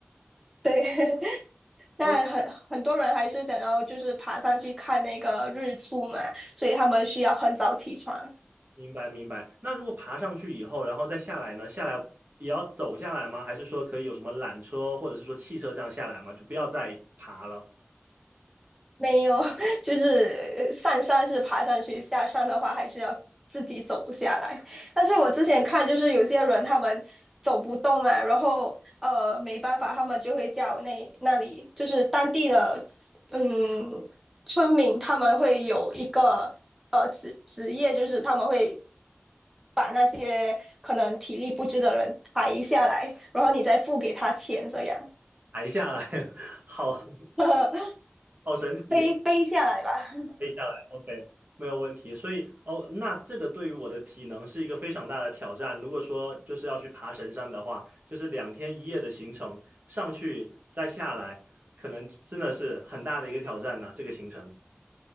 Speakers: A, in the centre; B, on the right (about 45°).
A: 对，<laughs> 那很很多人还是想要就是爬上去看那个日出嘛，
B: OK
A: 所以他们需要很早起床。
B: 明白明白。那如果爬上去以后，然后再下来呢？下来也要走下来吗？还是说可以有什么缆车或者是说汽车这样下来吗？就不要再爬了，
A: 没有，<laughs> 就是呃上山是爬上去，下山的话还是要自己走下来。但是我之前看，就是有些人他们走不动嘛，然后呃没办法，他们就会叫那那里就是当地的嗯村民，他们会有一个呃职职业，就是他们会把那些可能体力不支的人抬下来，然后你再付给他钱，这样
B: 抬下来，<laughs> 好
A: <laughs>
B: 好神奇哦，
A: 背背下来吧。
B: 可以下来，OK，没有问题。所以哦，那这个对于我的体能是一个非常大的挑战。如果说就是要去爬神山的话，就是两天一夜的行程，上去再下来，可能真的是很大的一个挑战呢、这个行程。